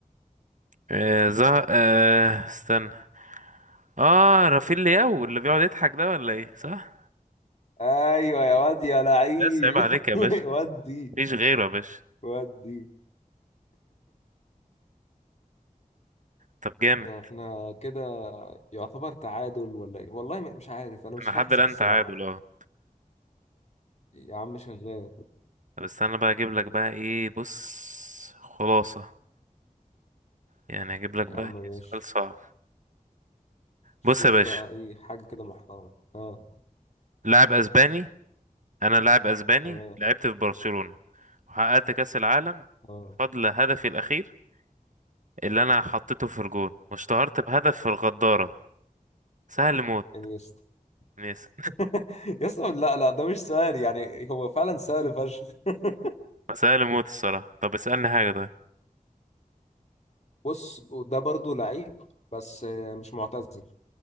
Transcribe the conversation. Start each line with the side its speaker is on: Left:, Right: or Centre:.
Right: أه زه... أه استنى اه رافيل لياو اللي بيقعد يضحك ده ولا ايه صح
Left: ايوه يا واد يا لعيب
Right: بس عيب عليك يا
Left: <laughs>
Right: باشا
Left: ودي
Right: مفيش غيره يا باشا
Left: ودي
Right: طب جامد
Left: يعني احنا كده يعتبر تعادل ولا ايه والله م- مش عارف انا مش
Right: انا لحد
Left: هحسب
Right: الان
Left: الصراحة
Right: تعادل اه
Left: يا عم شغال
Right: طب استنى بقى اجيب لك بقى ايه بص خلاصة يعني اجيب لك
Left: يا
Right: بقى
Left: عم
Right: ايه
Left: ماشي
Right: سؤال صعب
Left: شوف
Right: بص يا باشا
Left: بقى ايه حاجة كده محترمة اه
Right: لاعب اسباني انا لاعب اسباني
Left: تمام
Right: لعبت في برشلونة وحققت كاس العالم
Left: اه
Right: بفضل هدفي الاخير اللي انا حطيته في الجون واشتهرت بهدف في الغدارة سهل موت
Left: انيستا
Right: ناس
Left: <laughs> يسطا لا لا ده مش سهل يعني هو فعلا سهل فشخ <laughs>
Right: <laughs> سهل موت الصراحة طب اسألني حاجة طيب
Left: بص ده برضو لعيب بس آه، مش معتزل